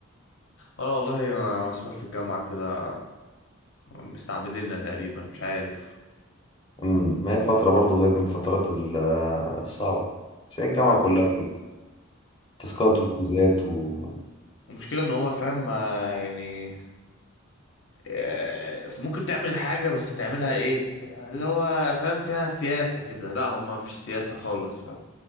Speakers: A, on the left; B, on the left.
A: انا والله م- مسحول في الجامعة كده مستعبديننا تقريبا مش عارف
B: امم ما هي فترة برضه هي من الفترات ال- الصعبة بس هي الجامعة
A: لا
B: كلها كده تاسكات وكوزات و
A: المشكلة ان هما فاهم ما يعني آه، ممكن تعمل حاجة بس تعملها ايه اللي هو فاهم فيها سياسة كده لا هما مفيش سياسة خالص